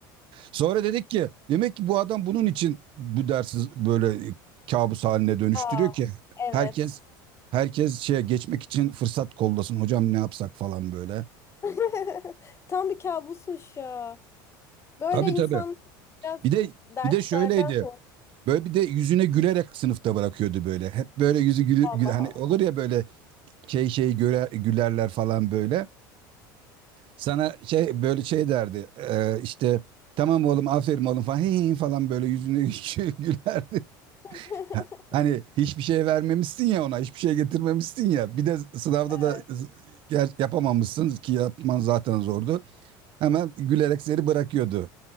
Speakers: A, on the right (about 50°); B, on the left (about 25°).
A: Sonra dedik ki demek ki bu adam bunun için bu dersi böyle kabus haline dönüştürüyor
B: Aa,
A: ki
B: evet.
A: herkes herkes şeye geçmek için fırsat kollasın hocam ne yapsak falan böyle.
B: <laughs> Tam bir kabusmuş ya. Böyle
A: Tabii
B: insan
A: tabii.
B: biraz
A: Bir de
B: derslerden
A: bir de şöyleydi.
B: sonra
A: Böyle bir de yüzüne gülerek sınıfta bırakıyordu böyle. Hep böyle yüzü gülü,
B: Allah
A: gülü- hani
B: Allah.
A: olur ya böyle şey şey göre, gülerler falan böyle. Sana şey böyle şey derdi. e, işte tamam oğlum aferin oğlum falan, <laughs> "Hey" hey, hey" falan böyle yüzüne <laughs> gülerdi.
B: <laughs>
A: Ha- Hani hiçbir şey vermemişsin ya ona, hiçbir şey getirmemişsin ya. Bir de sınavda da
B: Evet.
A: ger- yapamamışsın ki yapman zaten zordu. Hemen gülerek seni bırakıyordu.